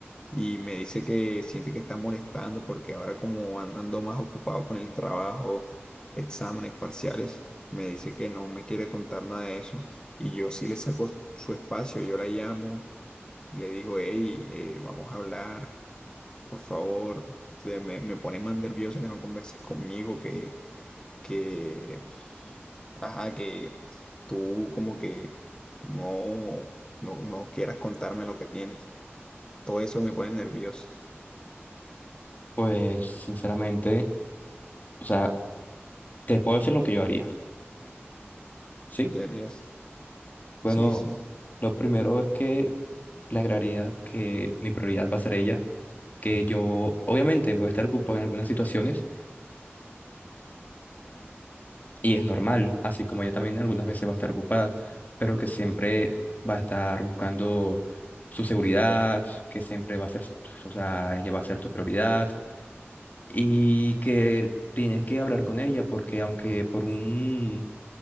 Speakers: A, on the left; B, on the left.
A: y me dice que siente que está molestando porque ahora como an- ando más ocupado con el trabajo, exámenes parciales, me dice que no me quiere contar nada de eso y yo sí le saco su espacio, yo la llamo y le digo, hey, eh, vamos a hablar, por favor, te- me, me pone más nerviosa que no conversas conmigo, que, que, ajá, que tú como que no, no, no quieras contarme lo que tienes. Todo eso me pone nervioso.
B: Pues sinceramente, o sea, te puedo decir lo que yo haría, ¿sí?
A: ¿Qué harías?
B: Bueno,
A: Sí, sí.
B: lo primero es que le agregaría que mi prioridad va a ser ella. que yo obviamente voy a estar ocupado en algunas situaciones Y es normal, así como ella también algunas veces va a estar ocupada, pero que siempre va a estar buscando su seguridad, que siempre va a ser, o sea, ella va a ser tu prioridad y que tienes que hablar con ella porque aunque por un,